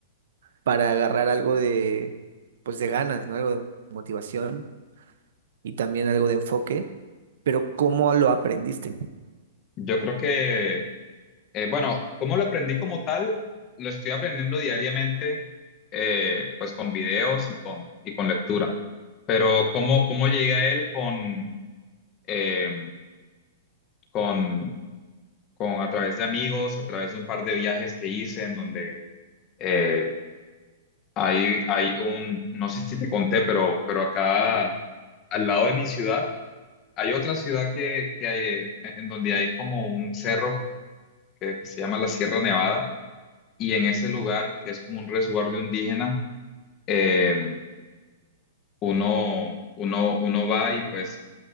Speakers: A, on the right; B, on the left.
A: para agarrar algo de, pues de ganas, ¿no? Algo de motivación y también algo de enfoque, pero ¿cómo lo aprendiste?
B: yo creo que... Eh, bueno, ¿cómo lo aprendí como tal? Lo estoy aprendiendo diariamente, eh, pues con videos y con, y con lectura. Pero ¿cómo, cómo llega él con, eh, con, con a través de amigos, a través de un par de viajes que hice en donde eh, hay, hay un, no sé si te conté, pero, pero acá al lado de mi ciudad hay otra ciudad que, que hay, en donde hay como un cerro que que se llama la Sierra Nevada y en ese lugar, que es como un resguardo indígena, eh, uno, uno, uno va y pues